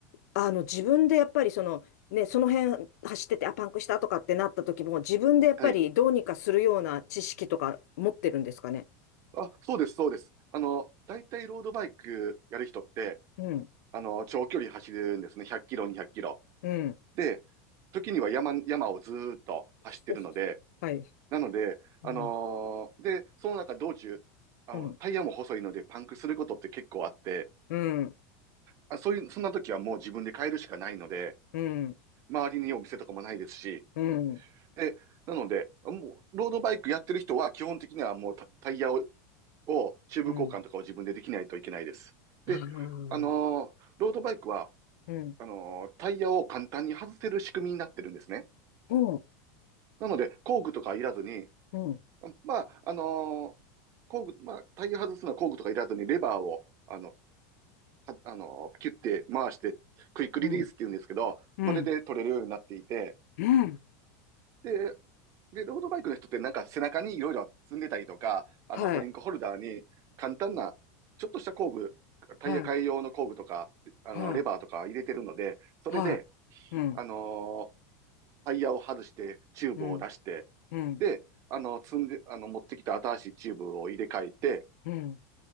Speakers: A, on the left (about 80°); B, on the right (about 35°).
A: あの、自分でやっぱりその、ね、その辺走ってて、あ、パンクしたとかってなった時も、自分でやっぱりどうにかするような知識とか持ってるんですかね。
B: はい。あ、そうです、そうです。あの、大体ロードバイクやる人って、
A: うん、
B: あの、長距離走るんですね。100キロ、200キロ。
A: うん。
B: で、時には山、山をずーっと走ってるので、
A: おお <laughs> はい。
B: なので、あのーで、
A: うん、
B: その中道中、あの、
A: うん、
B: タイヤも細いのでパンクすることって結構あって、
A: うん、
B: あ、そういう、そんな時はもう自分で買えるしかないので、
A: うん、
B: 周りにお店とかもないですし、
A: うん、
B: で、なので、もう、ロードバイクやってる人は基本的にはもうタタイヤを、をチューブ交換とかを自分でできないといけないです。
A: うん。
B: で、
A: ああ
B: あのーロードバイクは、
A: うん、
B: あのータイヤを簡単に外せる仕組みになってるんですね。
A: うん、
B: なので、工具とかいらずに、
A: うん、
B: まあ、あのー工具、まあ、タイヤ外すのは工具とかいらずにレバーを、あの、はあのーキュッて回して、クイックリリースって言うんですけど、
A: うん、うん、
B: それで取れるようになっていて、
A: うん、うん
B: で、で、ロードバイクの人ってなんか背中にいろいろ積んでたりとか、あの、
A: はい、
B: ドリンクホルダーに簡単な、ちょっとした工具、タイヤ替え用の工具とか、
A: はい、
B: あの、
A: はい、
B: レバーとか入れてるので、それで、
A: はい、うん、
B: あのータイヤを外して、チューブを出して、
A: うん、うん、
B: で、あの、積んで、あの、持ってきた新しいチューブを入れ替えて、
A: うん、